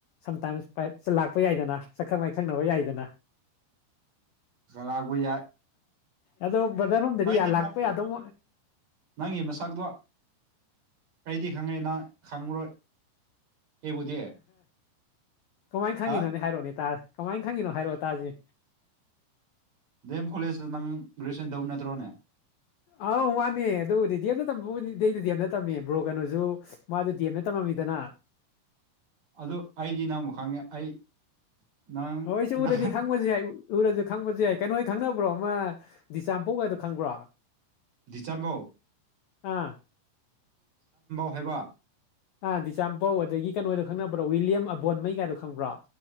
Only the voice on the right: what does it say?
ꯂꯥꯛꯄ ꯌꯥꯏ
ꯑꯩꯗꯤ
ꯅꯪꯕꯨ
ꯅꯪꯒꯤ ꯃꯁꯛꯇꯣ ꯑꯩꯗꯤ ꯈꯪꯉꯦ ꯅ ꯈꯪꯉꯔꯣꯏ ꯑꯩꯕꯨꯗꯤ
ꯑ
ꯗꯦꯝ ꯀꯣꯂꯦꯖꯇ ꯅꯪ ꯒ꯭ꯔꯦꯖꯨꯑꯦꯁꯟ ꯇꯧꯕ ꯅꯠꯇ꯭ꯔꯣꯅꯦ
ꯑꯗꯨ ꯑꯩꯗꯤ ꯅꯪꯕꯨ ꯈꯪꯉꯦ ꯑꯩ ꯅꯪ
ꯅꯪ
ꯗꯤꯁꯦꯝꯕꯣ
ꯍꯥꯏꯕ